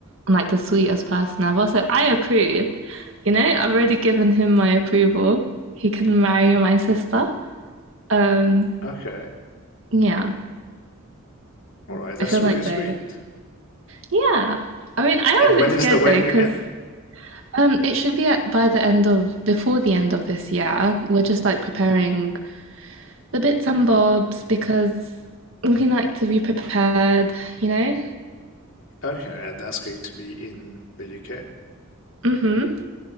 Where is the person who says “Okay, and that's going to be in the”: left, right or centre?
Left